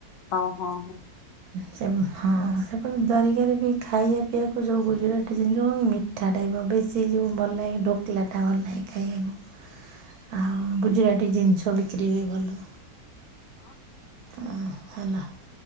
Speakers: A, on the left; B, on the right.
A: ହଉ ହଁ ହଁ।
B: ସେ ହଁ ସେପଟେ ଦ୍ୱାରିକାରେ ବି ଖାଇବା ପିଇବାକୁ ଯୋଉ ଗୁଜୁରାଟି <unintelligible> ମି ମିିଠା ଟାଇପ୍ ର ବେଶୀ ଯୋଉ ଭଲ ଲାଗେ ଢୋକଲାଟା ଭଲ ଲାଗେ ଖାଇବାକୁ। ଆଉ ଗୁଜୁରାଟି ଜିନିଷ ବିକ୍ରି ହୁଏ ଭଲ।
A: <inaudible>
B: ଆଁ ହେଲା।